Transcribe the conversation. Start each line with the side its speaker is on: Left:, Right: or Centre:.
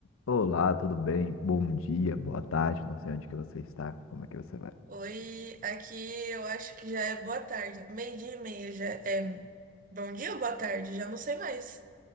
Left: Olá, tudo bem? Bom dia, boa tarde, não sei onde que você está, como é que você vai?
Right: Oi, aqui eu acho que já é boa tarde. Meio-dia e meia já é bom dia ou boa tarde? Já não sei mais.